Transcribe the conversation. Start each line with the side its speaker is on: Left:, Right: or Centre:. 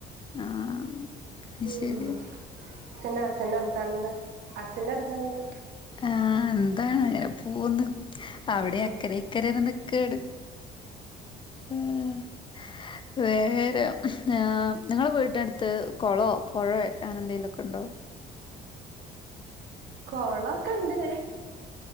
Left: ആഹ് അത്
Right: ഉം
Left: ശരി
Right: സന സന ർ തെന്താ ഹസിന്റെ ർതാനെന്താ
Left: ആഹ് എന്താണ് അങനെ പോന്ന്. അവ്ടെ
Right: ഉം
Left: അക്കരെ ഇക്കരെ ർന്ന് കേട് ഉം വെ നേരാം ആ നിങ്ങള വീട്ടിനട്ത്ത് കൊളോ പൊഴേ അങ്ങനെന്തേലൊക്കണ്ടോ?
Right: കൊളൊക്ക്ണ്ട്